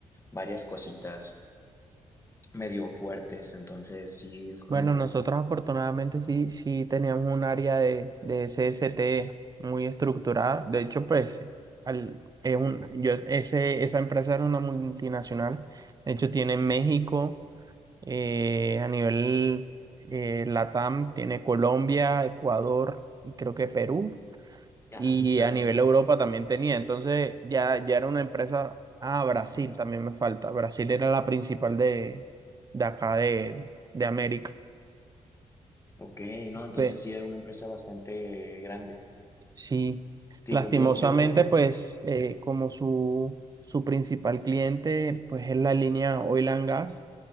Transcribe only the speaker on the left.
varias cositas medio fuertes, entonces sí es como,
ah,
sí está,
ok, ¿no? Entonces
sí era una empresa bastante grande.
Te
Digo, yo, yo donde,